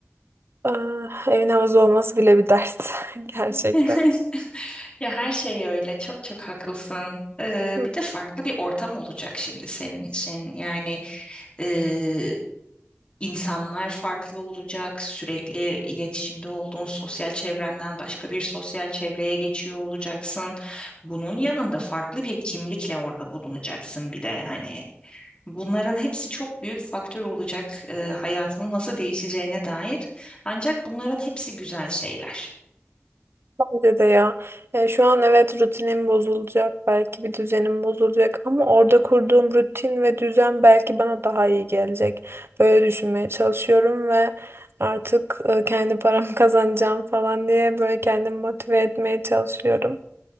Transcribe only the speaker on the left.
<laughs> Ya her şey öyle. Çok çok haklısın. Ee,
bir de farklı bir ortam olacak şimdi senin için. Yani e, insanlar farklı olacak. Sürekli iletişimde olduğun sosyal çevrenden başka bir sosyal çevreye geçiyor olacaksın. Bunun yanında farklı bir kimlikle orada bulunacaksın bir de hani. Bunların hepsi çok büyük faktör olacak e, hayatının nasıl değişeceğine dair. Ancak bunların hepsi güzel şeyler.